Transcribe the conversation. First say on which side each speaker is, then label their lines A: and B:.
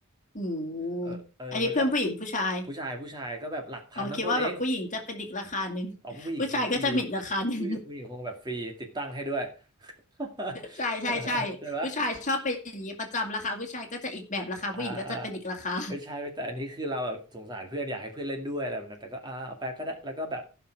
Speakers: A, on the left; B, on the right.
A: โอ้โห
B: เออเออมันก็
A: อันนี้เพื่อนผู้หญิงผู้ชาย
B: ผู้ชายผู้ชายก็แบบหลักพันต้นๆเอง
A: อ๋อคิดว่าแบบผู้หญิงจะเป็นอีกราคาหนึ่ง
B: เอาผู้หญิงคงฟรี
A: ผู้ชายก็จะมีอีกราคาหนึ่ง
B: ผู้หญิงผู้หญิงคงแบบฟรีติดตั้งให้ด้วย <laughs>
A: ใช่ใช่ใช่ผู้ชายชอบเป็นอย่างนี้ประจำราคาผู้ชายก็จะอีกแบบราคาผู้หญิงก็จะเป็นอีกราคา
B: ใช่ปะ อ่าอ่าไม่ใช่แต่อันนี้คือเราแบบสงสารเพื่อนอยากให้เพื่อนเล่นด้วยอะไรแบบนั้นแต่ก็อ่าเอาไปก็ได้แล้วก็แบบ